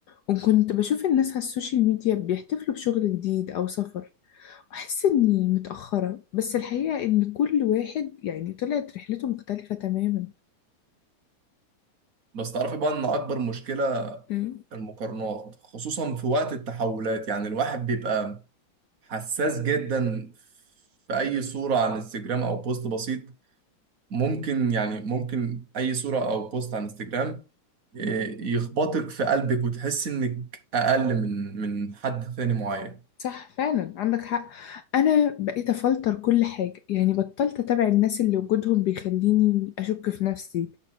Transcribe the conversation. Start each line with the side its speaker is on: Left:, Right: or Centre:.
Left: وكنت بشوف الناس على السوشيال ميديا بيحتفلوا بشغل جديد او سفر واحس اني متاخره بس الحقيقه ان كل واحد يعني طلعت رحلته مختلفه تماما
Right: بس تعرفي بقى إن أكبر مشكلة
Left: مم.
Right: المقارنات خصوصا في وقت التحولات يعني الواحد بيبقى حساس جدا في اي صوره على الانستجرام او بوست بسيط ممكن يعني ممكن اي صوره او بوست على الانستجرام إيه، يخبطك في قلبك وتحس انك اقل من من حد ثاني معين
Left: صح فعلا عندك حق انا بقيت افلتر كل حاجه يعني بطلت اتابع الناس اللي وجودهم بيخليني اشك في نفسي